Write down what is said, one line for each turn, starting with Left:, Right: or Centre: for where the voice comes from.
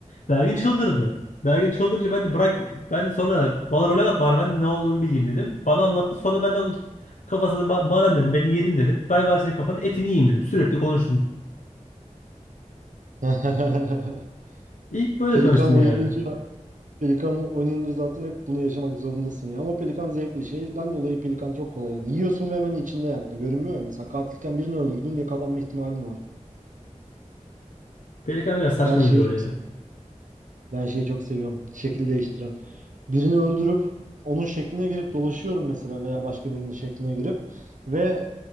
Left: Belgin çıldırdı. Belgin çıldırınca ben de bırak ben de sonra bana rol at bari ben de ne olduğunu bileyim dedim. Bana anlattı sonra ben de onun kafasına "Ma- madem dedim beni yedin dedim. Ben bari senin kafanın etini yiyeyim dedim. Sürekli konuştum.
Right: <laughs>
Left: İlk böyle
Right: Pelikan
Left: tanıştım
Right: oynayınca
Left: yani.
Right: Pelikan oynayınca zaten hep bunu yaşamak zorundasın ya. Ama Pelikan zevkli. Şeyden dolayı Pelikan çok kolay yani. Yiyorsun ve hemen içinde yani. Görünmüyor ya. Mesela katilken birini öldürdün yakalanma ihtimalin var.
Left: Pelikan biraz saçma
Right: Ben şeyi
Left: bir rol ya.
Right: çok Ben şeyi çok seviyorum. Şekil değiştiren. Birini öldürüp onun şekline girip dolaşıyorum mesela veya başka birinin şekline girip ve